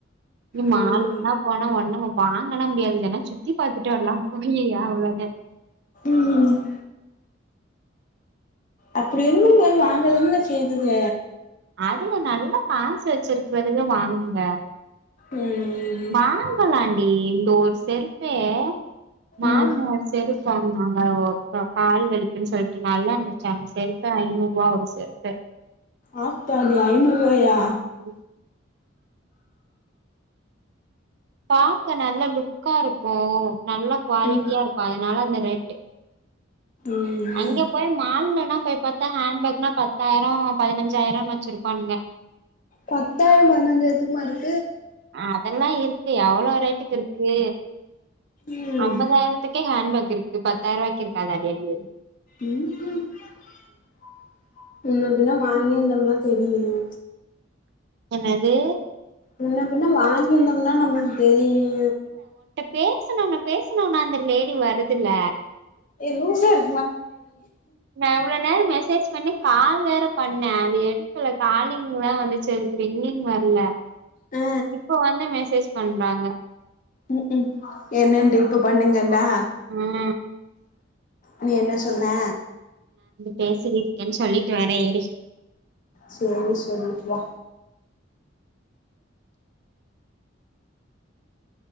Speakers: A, on the right (about 60°); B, on the left (about 45°).
A: நீ மாளுக்குனா
B: ம்
A: போனா ஒண்ணு வாங்க என்னால முடியாது தானா சுத்தி பாத்துட்டு வரலா போயி ஆ அவளோ தா
B: ம் அப்படி என்னங்க நாங்கள் என்ன செய்தது
A: அதய நல்லா காசு வெச்சிருக்கறதுங்க வாங்குங்க
B: ம்
A: வாங்கலாண்டி இந்த ஒரு செருப்பே மாமா
B: ம்
A: செருப்வாங்குனாங்க <unintelligible> கால் வலிக்குன்னு சொல்ட்டு நல்லா இருந் ச்சா அந்த செருப்பே ஐநூறு ரூபா ஒரு செருப்பே
B: ஆத்தாடி ஐநூறு ரூபாயா
A: ம் பாக்க நல்ல லுக்கா இருக்கு நல்லா குவாலிட்டியா
B: ம்
A: இருக்கு அதனால அந்த ரேட்டு
B: ம்
A: அங்க போய் மால்லனா போய் பாத் தா ஹேண்ட்பேக்னா பத்தாயிரோ பதினஞ்சாயிரோனு வெச்சிருப்பானுங்க
B: பத்தாயிரோ பதினஞ்சாயிரத்துக்குமா இருக்
A: அதெல்லா இருக்கு எவ்ளோ ரேட்டுக்கு இருக்கு
B: ம்
A: அம்பதாயிரத்துக்கே ஹேண்பேக் இருக்கு பத்தாயிரரூபாய்க் இருக்காதா அடி அடியே
B: ம் ம் <unintelligible> வாங்கிருந்தமுனா தெரியு
A: என்னது
B: முன்ன பின்னா வாங்கியிருந்தோம்னா நம்மளுகு தெரியு
A: பேசனுனா பேசனுனா அந்த லேடி வருதுல
B: ஏ லூசர்
A: நா இவ்ளோ நேரோ மெசேஜ் பண்ணி கால் வேற பண்ணே அது எடுக்கல காலிங்தா வந்துச்சு அதுக்கு ரிங்கிங் வரல
B: ஆ
A: இப்போ வந்து மெசேஜ் பண்றாங்க
B: க்கும் என்னட்டு இப்போ பண்ணுங்கன்டா
A: ம்
B: நீ என்ன சொன்னே
A: பேசி இருக்கேன்னு சொல்லிட்டு வரே இரு
B: சேரி சொல்லிட்டு வா